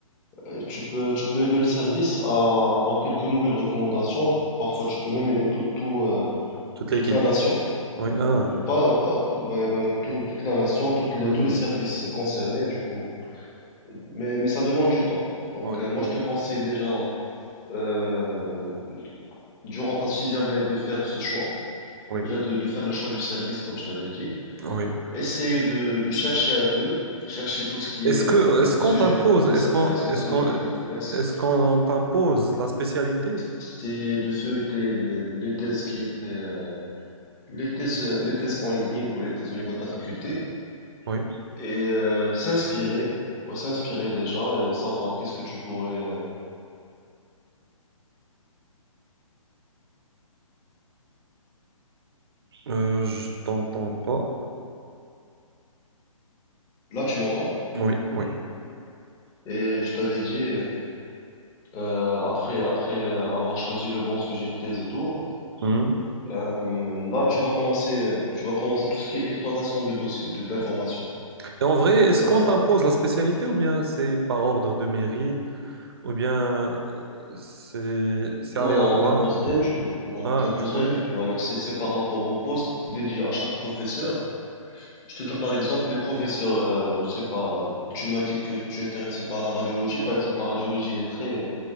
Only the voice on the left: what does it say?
euh, tu peux, tu peux aider le service à avoir quelques nouvelles recommandations. Parfois, tu peux même aider tout, tout, euh,
toute
la nation.
Pas, pas, ouais, vraiment tout- toute la nation, toutes les,
tous les services concernés, du coup. Mais, mais ça demande du temps. Donc,
euh, moi,
je te conseille déjà, euh, durant ta sixième année, de faire ce choix.
Déjà, de, de faire le choix du service, comme je t'avais dit.
Essayer de, de chercher un peu, chercher tout ce qui
est euh,
sujet
de thèse
intéressant,
celui
qui t'intéresse.
Essayer de feuilleter les, les thèses qui étaient, euh, les thèses, euh, les thèses en ligne ou les thèses au niveau de ta faculté.
Et euh, s'inspirer, ouais, s'inspirer déjà et savoir qu'est-ce que tu pourrais. euh,
Là, tu m'entends?
Et je t'avais dit. euh, Euh, après après euh, avoir choisi le bon sujet de thèse et tout,
euh, là tu vas commencer euh, tu vas commencer tout ce qui est exploitation du dossier, de d'information.
Ça
prend.
Non,
non, on t'impose rien du tout. Non,
on t'impose
rien du tout. Alors c'est c'est par rapport au poste dédié à chaque professeur. Je te donne par exemple les professeurs. euh, je sais pas. Tu m'as dit que tu es intéressé par la radiologie. Par exemple, la radiologie, elle est très